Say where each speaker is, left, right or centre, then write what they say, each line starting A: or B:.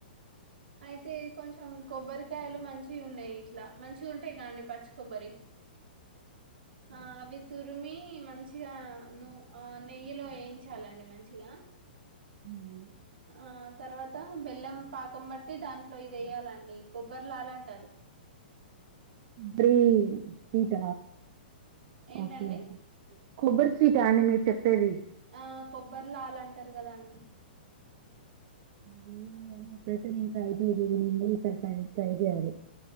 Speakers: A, on the right; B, on the right.
A: అయితే కొంచెం కొబ్బరికాయలు మంచి ఉన్నాయి ఇట్ల మంచి ఉంటాయి కాండి పచ్చి కొబ్బరి ఆ అవి తుర్ మి మంచిగ అను ఆ నెయ్యిలో వయించాలండి మంచిగా
B: ఊహు
A: ఆ తర్వాత బెల్లం పాకం బట్టి దాంట్లో ఇది వేయ్యాలండి కొబ్బరి లాలంటారు
B: బ్రి స్వీట
A: ఏంటండి
B: ఓకే కొబ్బరి స్వీటా అండి మీరు చెప్పేది
A: ఆ కొబ్బరి లాల అంటారు కదండి
B: విన్నాను కానీ ఎప్పుడైతే నేన ట్రై చేయలేదు నేను ఈ సారి ట్రై చేయాలి